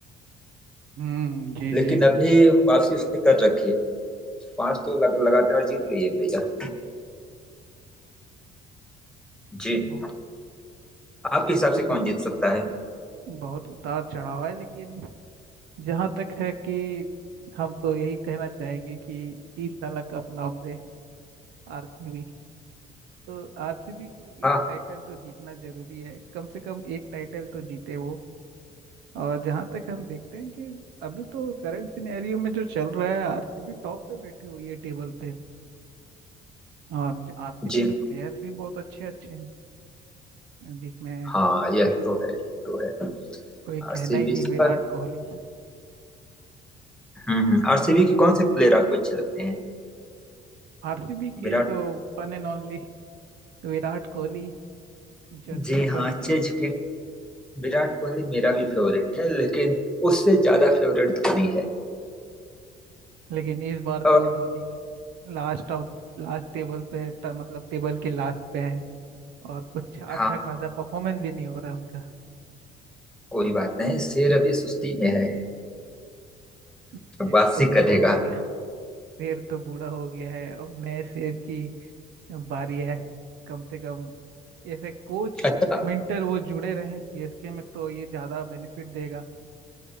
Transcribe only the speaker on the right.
हम्म जी
जी
बहुत
उत,
बहुत उतार चढ़ाव है लेकिन जहाँ तक है कि हम तो यही कहना चाहेंगे कि इस साल का अपना अपडेट आरसीबी तो आरसीबी को एक
टाइटल तो जीतना जरूरी है कम से कम एक टाइटल तो जीते वो और जहां तक हम देखते हैं कि अभी तो करंट सिनेरियो में जो चल रहा है आरसीबी टॉप पे बैठी हुई है टेबल पे और आरसीबी
के प्लेयर्स भी बहुत अच्छे अच्छे हैं जिसमें
कोई
कहना ही नहीं विराट
कोहली
आरसीबी के
तो one and only Virat Kohli jersey
number
18
लेकिन इस बार
तो Dhoni last of last table पे है, ट- मतलब टेबल के लास्ट पे है और कुछ अच्छा
खासा परफॉर्मेंस भी नहीं हो रहा है उनका
शेर
तो बूढ़ा
हो गया शेर तो बूढ़ा हो गया है अब नए शेर की बारी है कम से कम ऐसे कोच
मेंटर वो जुड़े रहे सीएसके में तो ये ज्यादा बेनिफिट देगा